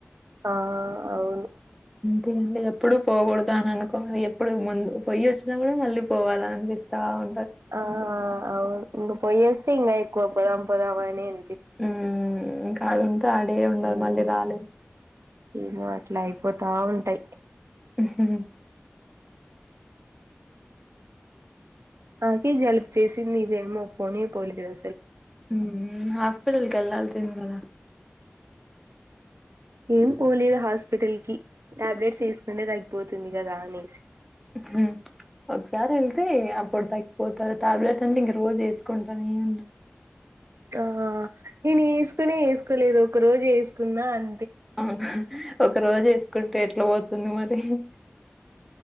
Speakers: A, on the right; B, in the centre.
A: ఆ అవును
B: పుదే ఎప్పుడు పోకూడదు అని అనుకోవాలి ఎప్పుడు ముందు పోయి వచ్చినా కూడా మళ్ళీ పోవాల అనిపిస్తా ఉ
A: ఆ అవు ఇంగ పోయోసే ఇంకా ఎక్కువ పోదా పోదా మేం
B: ఉ ఇంకా ఆడుఉంటే ఆడే ఉండాలి
A: మ్మ్
B: మళ్ళీ రాలేము
A: ఏమో అట్లా అయిపోతా ఉంటాయి
B: ఉహు
A: నాకు జలుబు చేసింది ఇదేమో పోనే పోలే కదా
B: ఉమ్మ్ హాస్పిటల్ కి ఎల్లాసింది గదా
A: ఏం పోలేదు హాస్పిటల్ కి టాబ్లెట్స్ యేస్కునేది అయ్పోతుంది కదా అనేసి
B: మ్మ్ ఒకసారి ఎళ్తే అప్పుడు తగ్గిపోతా టాబ్లెట్స్ అంటే ఇంక రోజు వేస్ కొంటా హ్మ్
A: ఆ నేను యేసుకునే యేసుకోలేదు ఒక రోజు యేసుకున్నా అం
B: <unintelligible> ఒక రోజు యేసుకుంటే ఎట్లా పోతుంది మరి <unintelligible>